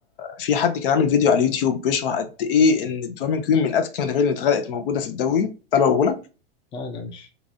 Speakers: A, on the left (about 60°); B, on the left (about 15°).
A: في حد كان عامل فيديو على اليوتيوب بيشرح قد ايه ان الدوامين كريم من اذكى المدافعين اللي اتغلقت موجوده في الدوري تعالى
B: لا لا مش